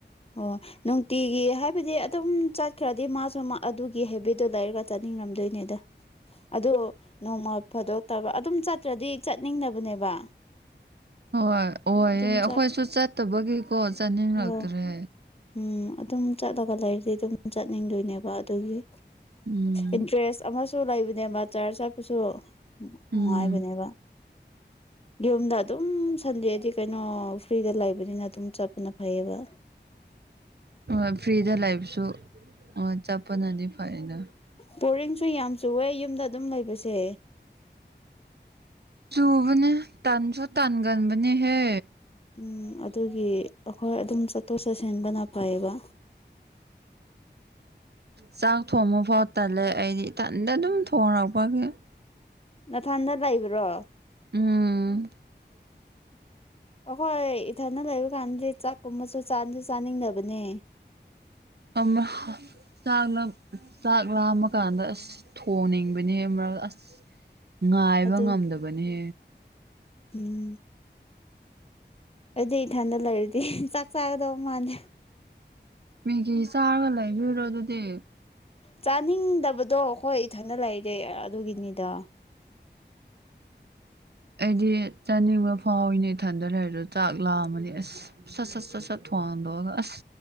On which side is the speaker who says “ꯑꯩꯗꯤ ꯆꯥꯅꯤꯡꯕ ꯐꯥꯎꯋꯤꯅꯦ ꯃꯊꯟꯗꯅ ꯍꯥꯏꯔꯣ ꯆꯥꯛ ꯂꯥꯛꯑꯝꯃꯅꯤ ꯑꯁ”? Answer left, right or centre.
Right